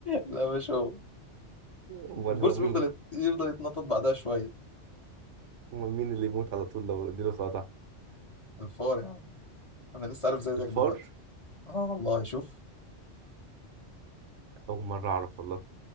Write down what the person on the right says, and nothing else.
أمال
هو مين
أمال مين اللي يموت على طول لو اديله سلطة
الفار
أول مرة أعرف والله